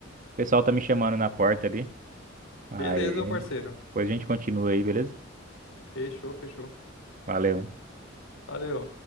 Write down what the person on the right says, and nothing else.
o pessoal tá me chamando na porta ali.
Aí
depois a gente continua aí, beleza?
Valeu.